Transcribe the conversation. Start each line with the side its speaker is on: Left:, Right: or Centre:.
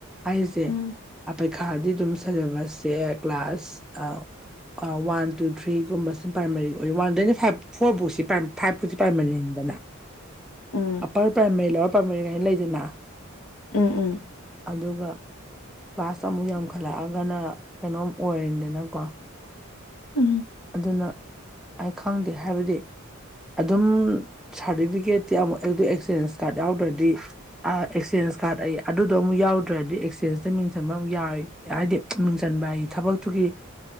Centre: ꯍꯥꯏꯁꯦ
Left: ꯎꯝ
Centre: <unintelligible> ꯈꯥꯗꯤ ꯑꯗꯨꯝ ꯁꯦꯂꯦꯕꯁꯁꯦ ꯀ꯭ꯂꯥꯁ ꯑꯥ ꯋꯥꯟ ꯇꯨ ꯊ꯭ꯔꯤꯒꯨꯝꯕꯁꯤꯅ ꯄ꯭ꯔꯥꯏꯃꯥꯔꯤ ꯑꯣꯏ ꯋꯥꯟ ꯗꯩꯅ ꯐꯥꯏꯚ ꯐꯣꯔ ꯕꯨꯁꯤ ꯄ꯭ꯔꯥꯏꯝ ꯐꯥꯏꯚꯨꯁꯤ ꯄ꯭ꯔꯥꯏꯝꯃꯔꯤ ꯗꯅ
Left: ꯎꯝ
Centre: ꯑꯞꯄꯔ ꯄ꯭ꯔꯥꯏꯃꯔꯤ ꯂꯋꯥꯔ ꯄ꯭ꯔꯥꯝꯃꯔꯤ ꯍꯥꯏꯅ ꯂꯩꯗꯅ
Left: ꯎꯝ ꯎꯝ
Centre: ꯑꯗꯨꯒ ꯀ꯭ꯂꯥꯁ ꯑꯃꯨꯛ ꯌꯥꯝꯈꯠꯂꯛꯑꯒꯅ ꯀꯩꯅꯣꯝ ꯑꯣꯏꯔꯤꯗꯅꯀꯣ
Left: ꯎꯝ
Centre: ꯑꯗꯨꯅ ꯑꯩ ꯈꯪꯗꯦ ꯍꯥꯏꯕꯗꯤ ꯑꯗꯨꯝ ꯁꯥꯔꯇꯤꯐꯤꯀꯦꯠꯇꯤ ꯑꯃꯨꯛ ꯑꯩꯗ ꯑꯦꯛꯆꯦꯟꯖ ꯀꯥꯔꯗ ꯌꯥꯎꯗ꯭ꯔꯗꯤ ꯑꯥ ꯑꯦꯛꯆꯦꯟꯖ ꯍꯦꯟꯁꯀꯥꯔꯗ ꯑꯩ ꯑꯗꯨꯗꯣ ꯑꯃꯨꯛ ꯌꯥꯎꯗ꯭ꯔꯗꯤ ꯑꯦꯛꯁꯆꯦꯟꯖꯇ ꯃꯤꯡꯆꯟꯕ ꯑꯃꯨꯛ ꯌꯥꯏ ꯍꯥꯏꯗꯤ ꯃꯤꯡꯆꯟꯕ ꯍꯥꯏ ꯊꯕꯛꯇꯨ ꯒꯤ